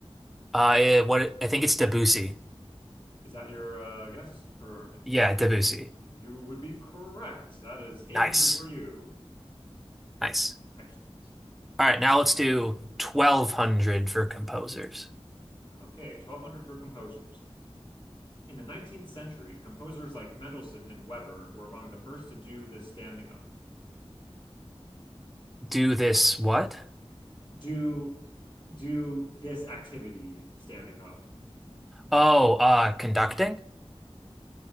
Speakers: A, in the centre; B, on the left.
A: uh, eh, what, I think it's Debussy.
B: Is that your uh, guess or
A: Yeah,
B: uh,
A: Debussy.
B: answer? You would be correct. That is 800
A: Nice,
B: for you.
A: nice.
B: Excellent.
A: All right, now let's do 1200 for composers.
B: Okay, 1200 for composers. In the 19th century, composers like Mendelssohn and Weber were among the first to do this standing up.
A: Do this what?
B: Do do this activity standing up.
A: Oh, uh, conducting?